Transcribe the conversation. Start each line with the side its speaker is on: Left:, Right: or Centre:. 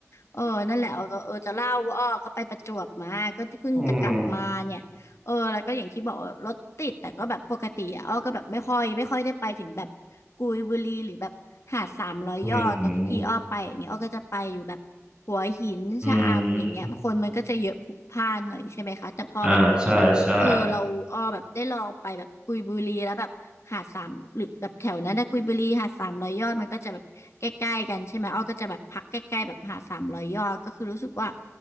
Left: เออนั่นแหละเออก็เออจะเล่าว่าอ้อก็ไปประจวบมา ก็เพิ่งจะกลับมาเนี่ยเออแล้วก็อย่างที่บอกว่ารถติดแต่ก็แบบปกติอะอ้อก็แบบไม่ค่อยไม่ค่อยได้ไปถึงแบบกุยบุรีหรือแบบหาดสามร้อยยอดเนอะทุกที่อ้อไปอย่างเงี้ยอ้อก็จะไปอยู่แบบหัวหินชะอำอย่างเงี้ยคนมันก็จะเยอะพลุกพล่านหน่อยใช่ไหมคะแต่พอแบบ
Right: อืมอืมอืมอ่าใช่ใช่
Left: เออเราอ้อแบบได้ลองไปแบบกุยบุรีแล้วแบบหาดสามหรือแบบแถวนั้นนะกุยบุรีหาดสามร้อยยอดมันก็จะแบบใกล้ๆกันใช่ไหมอ้อก็จะแบบพักใกล้ๆแบบหาดสามร้อยยอดก็คือรู้สึกว่า